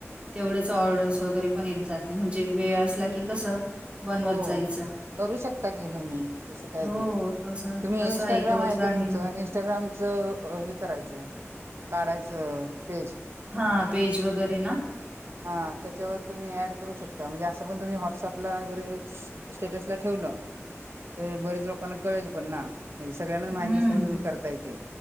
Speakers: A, on the right (about 25°); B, on the right (about 60°).
A: तेवढंच ऑर्डर्स वगैरे पण येत जातील म्हणजे वेळ असला की कसं बनवत
B: हो
A: जायचं.
B: करू शकता की तुम्ही तसं काय
A: हो
B: ते
A: तसा
B: तुम्ही
A: तसा
B: इंस्टाग्राम
A: एक रोजगार
B: आहे का तुमचं
A: निर्माण
B: इ इंस्टाग्रामचं हे करायचं काढायचं पेज.
A: हां, पेज वगैरे ना?
B: हां त्याच्यावर तुम्ही ऍड करू शकता. म्हणजे असं पण तुम्ही वॉट्सपला स्टेटस ला ठेवलं तर बरेच लोकांना कळेल पण ना. म्हणजे सगळ्यांनाच माहीत
A: हं.
B: नसताना तुम्ही करताय ते